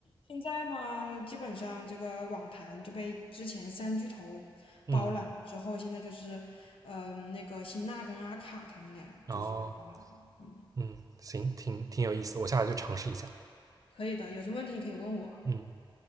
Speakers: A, on the left (about 85°); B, on the right (about 40°).
A: 现在嘛，基本上这个网坛就被之前三巨头包揽了之后，
B: 嗯，
A: 现在就是，嗯、那个辛纳跟阿卡他们俩就是包揽了，
B: 然后
A: 嗯。
B: 嗯，行，挺挺有意思，我下来就尝试一下。
A: 可以的，有什么问题你可以问我。
B: 嗯。